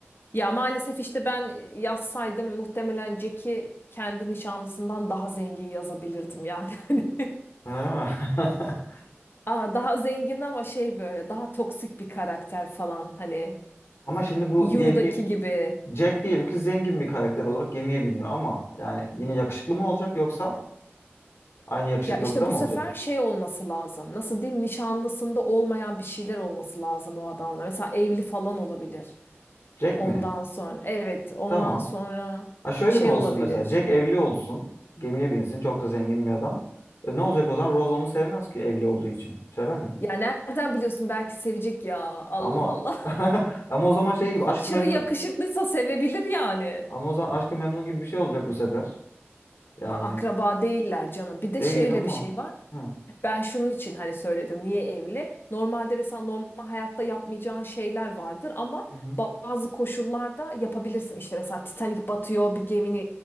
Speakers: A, on the left (about 55°); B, on the left (about 75°).
A: Ya maalesef işte ben yazsaydım muhtemelen Jack'i kendi nişanlısından daha zengin yazabilirdim yani. <laughs> Hani
B: Ha. <laughs>
A: Aa, daha zengin ama şey böyle daha toksik bir karakter falan hani
B: Ama şimdi bu
A: Yu'daki
B: diyelim ki
A: gibi.
B: Jack diyelim ki zengin bir karakter olarak gemiye biniyor ama yani yine yakışıklı mı olacak yoksa Aynı yakışıklılıkta
A: Ya işte bu
B: mı
A: sefer
B: olacak?
A: şey olması lazım. Nasıl diyeyim? Nişanlısında olmayan bir şeyler olması lazım o adamla. Mesela evli falan olabilir.
B: Jack
A: Ondan
B: mi?
A: sonra evet, ondan
B: Tamam.
A: sonra
B: Ha şöyle
A: şey
B: mi olsun
A: olabilir.
B: mesela? Jack evli olsun. Gemiye binsin. Çok da zengin bir adam. E, ne olacak o zaman? Rose onu sevmez ki evli olduğu için. Sever mi?
A: Ya nereden biliyorsun belki sevecek ya. Allah
B: Ama
A: Allah.
B: <laughs> ama o zaman şey
A: <laughs>
B: gibi aşkı
A: Aşırı
B: memnu
A: yakışıklıysa sevebilir yani.
B: ama o zaman aşkı memnu gibi bir şey olacak bu sefer. Yani
A: A- Akraba değiller canım. Bir de
B: değil
A: şeyle
B: ama.
A: bir şey var.
B: Hı.
A: Ben şunun için hani söyledim niye evli? Normalde mesela normal hayatta yapmayacağın şeyler vardır ama
B: Hı hı.
A: bazı koşullarda yapabilirsin. İşte mesela Titanic batıyor bir gemini